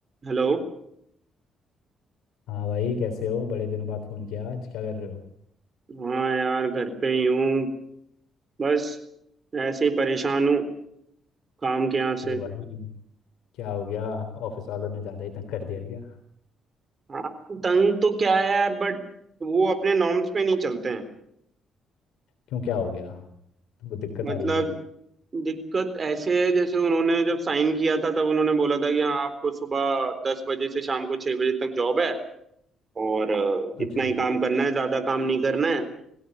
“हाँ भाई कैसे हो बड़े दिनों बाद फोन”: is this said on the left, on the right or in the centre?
Left